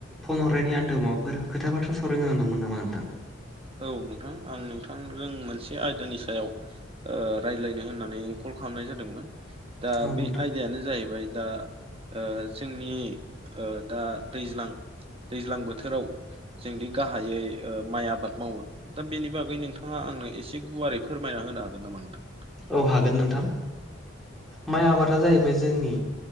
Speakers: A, in the centre; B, on the right (about 30°).
A: फन हरनायनि आन्दोआव माबाफोर खोथा बाथ्रा सावरायनो गोनां दंमोन नामा नोंथां?
B: औ नोंथां आं नोंथांजों मोनसे आयदानि सायाव ओ रायलायनो होननानै कल खालामनाय जादोंमोन दा
A: औ
B: बे
A: नोंथां
B: आयदायानो जाहैबाय दा जोंनि दा दैज्लां दैज्लां बोथोराव जोंदि गाहायै माइ आबाद मावो दा बेनि बागै नोंथाङा आंनो एसे गुवारै फोरमायना होनो हागोन नामा नोंथां?
A: औ हागोन नोंथां। माइ आबादा जाहैबाय जोंनि